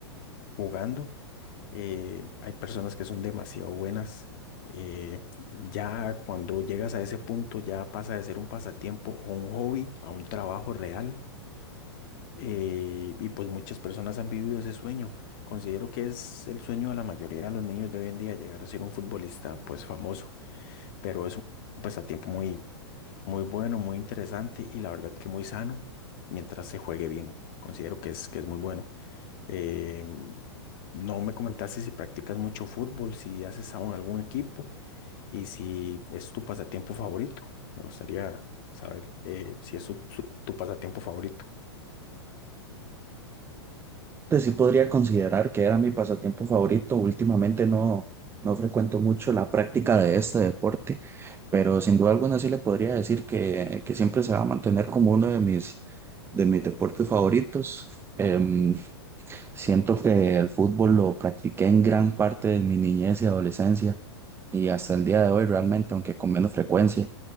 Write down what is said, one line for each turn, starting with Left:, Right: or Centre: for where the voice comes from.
Left: jugando. eh, hay personas que son demasiado buenas. eh, ya cuando llegas a ese punto, ya pasa de ser un pasatiempo o un hobby a un trabajo real. eh, y pues muchas personas han vivido ese sueño. Considero que es el sueño de la mayoría de los niños de hoy en día llegar a ser un futbolista pues famoso, pero es un pasatiempo muy, muy bueno, muy interesante y la verdad que muy sano mientras se juegue bien. Considero que es, que es muy bueno. Eh, no me comentaste si practicas mucho fútbol, si haces aún algún equipo y si es tu pasatiempo favorito. Me gustaría saber eh, si es su- su- tu pasatiempo favorito.
Right: Pues sí podría considerar que era mi pasatiempo favorito. Últimamente no, no frecuento mucho la práctica de este deporte, pero sin duda alguna sí le podría decir que, que siempre se va a mantener como uno de mis, de mis deportes favoritos. Em, Siento que el fútbol lo practiqué en gran parte de mi niñez y adolescencia y hasta el día de hoy realmente, aunque con menos frecuencia.